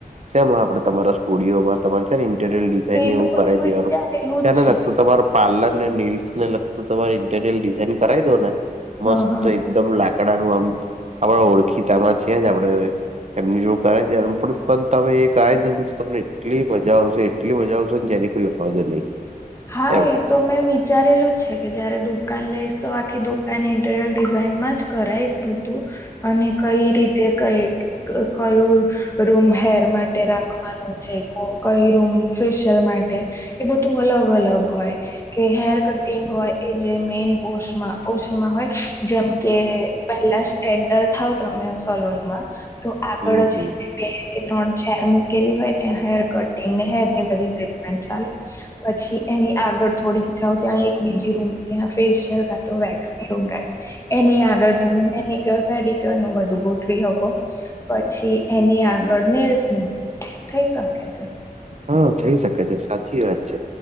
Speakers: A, on the right; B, on the left.
A: શમ આપડ તમારા સ્ટુડિયોમાં તમારે છે ઇન્ટરિયલડી
B: એ
A: ને એવું
B: તો બધું
A: કરી દેવાનું
B: વિચારેલું
A: ત્યાંને
B: જ છે
A: લાગતું તમાર પાર્લર ને નીલ્સ ને લગતું તમારે ઇન્ટીરિયર ડિઝઇન કરાવી દો ને મસ્ત
B: હા હા
A: એકદમ લાકડાનું આમ આપણે ઓળખીતામાં છે જ આપડે- એમની જો કરાય ત્યાું પણ તમે એ ક દ તમને એટલી મજા આવશે- એટલી મજા આવશેને જેની કોઈ હવાજ નહી-
B: હા
A: એમ
B: એ તો મેં વિચારેલું જ છે કે જયારે દુપ- દુકાન લઈશ તો આખી દુકાન ઇન્ટીરયર ડિઝાઇનમાં જ કરાઈશ બધું- અને કઈ રીતે ક કયું- રૂમ હેર માટે રાખવાનું છે કો- ક રમ ફેશિયલ માટે એ બધું અલગ અલગ હોય- કે હેર કટિંગ હોય એ જે મેન પોષમાં પોષમાં હોય જેમ કે- પહેલા સ એન્ટર થાવ તમે સોલોન માં તો આગળ
A: હમ હમ.
B: જ- બે કે ત્રણ છેેર મૂકેલી હોય એ હેર કટિંગને હેર ની બધી ટ્રીટમેન્ટ ચાલે- પછી એની આગળ થોડીક જાાવ ત્યાં એક બીજી રૂમ ત્યાં ફેશિયલ કાતો વેક્સ- એની આગળ તમે મેનીિક્યોર પેડિક્યોર નું બધું ગોઠવી શકો- પછી એની આગળ નેલ્સ નું થઈ શકે છે.
A: હા થઈ શકે છે સાચી વાત છે.